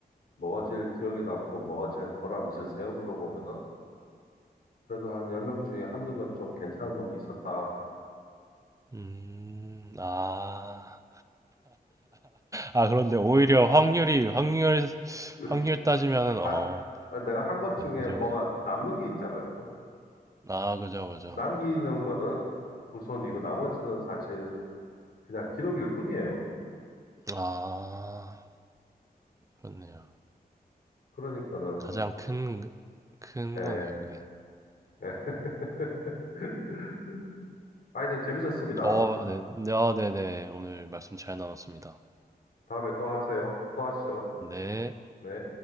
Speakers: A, on the left (about 70°); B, on the right (about 20°).
A: 뭐가 제일 기억에 남고 뭐가 제일 보람 있으세요? 물어보면은 그래도 한 10명 중에 한두 명 좀 괜찮은 놈이 있었다.
B: 네. 음, 아. 아, 그런데 오히려 확률이, 확률,
A: <laughs>
B: 확률 따지면은,
A: 아,
B: 어,
A: 그- 아, 내가 한 것 중에
B: 네, 그죠,
A: 뭐가
B: 그죠.
A: 남는 게 있잖아요. 그죠?
B: 아, 그죠, 그죠.
A: 남기는 거는 후손이고 나머지는 사실 그냥 기록일 뿐이에요.
B: 아, 그렇네요.
A: 그러니까는
B: 가장 큰, 큰
A: 예,
B: 거네요, 그게.
A: 예. <laughs> 하여튼 재밌었습니다.
B: 어, 네, 네, 아, 네네. 오늘 말씀 잘 나눴습니다.
A: 다음에 또 하세요. 또 하시죠.
B: 네.
A: 네.